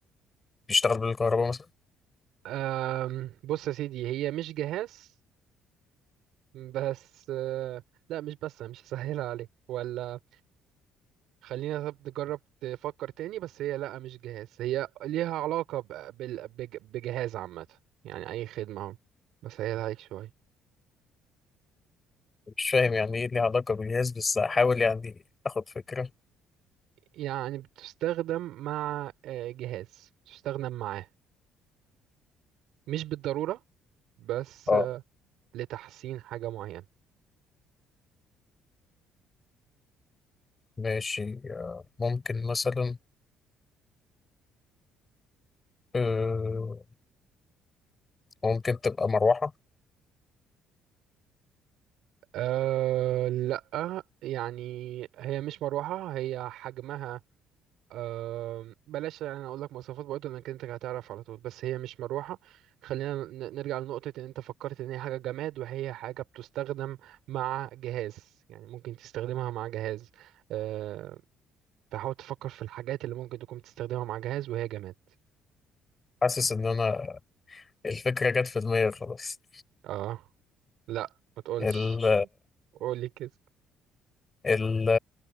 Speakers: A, on the left; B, on the right.
A: بيشتغل بالكهرباء مثلا
B: أم بص يا سيدي هي مش جهاز بس آه، لا مش بس أنا مش هسهلها عليك ولا خلينا طب نجرب تفكر تاني بس هي لا مش جهاز هي ليها علاقة ب- بال- بج- بجهاز عامة يعني أي خدمة أهو بسهلها عليك شوية
A: مش فاهم يعني ايه ليه علاقة بالجهاز بس هحاول يعني اخد فكرة
B: يعني بتستخدم مع آه، جهاز بتستخدم معاه مش بالضرورة بس
A: اه
B: آه، لتحسين حاجة معينة
A: ماشي آه ممكن مثلا آه ممكن تبقى مروحة
B: أه لا يعني هي مش مروحة هي حجمها أه بلاش يعني اقول لك مواصفات برضه انك انت هتعرف على طول بس هي مش مروحة خلينا ن- نرجع لنقطة ان انت فكرت ان هي حاجة جماد وهي حاجة بتستخدم مع جهاز يعني ممكن تستخدمها مع جهاز أه فحاول تفكر في الحاجات اللي ممكن تكون بتستخدمها مع جهاز وهي جماد
A: حاسس ان انا الفكرة جت في دماغي خلاص
B: اه لا ما تقولش
A: ال
B: قولي كده
A: <laughs> ال